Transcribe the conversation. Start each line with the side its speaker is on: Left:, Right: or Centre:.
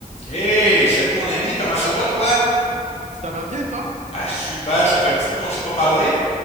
Left: Hey, salut mon ami, comment ça va toi?
Right: Ça va bien, toi?
Left: Ah super, ça fait un petit bout qu'on ne s'est pas parlé?